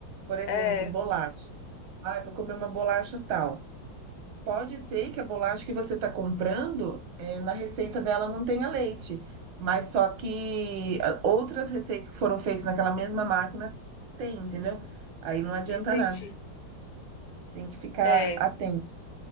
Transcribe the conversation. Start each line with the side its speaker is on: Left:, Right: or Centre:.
Right: Por exemplo,
Left: É,
Right: bolacha. Ah, eu vou comer uma bolacha tal. Pode ser que a bolacha que você está comprando, eh, na receita dela não tenha leite, mas só que ah, outras receitas que foram feitas naquela mesma máquina tem, entendeu? Aí não adianta
Left: entendi.
Right: nada, tem que ficar
Left: É,
Right: atento.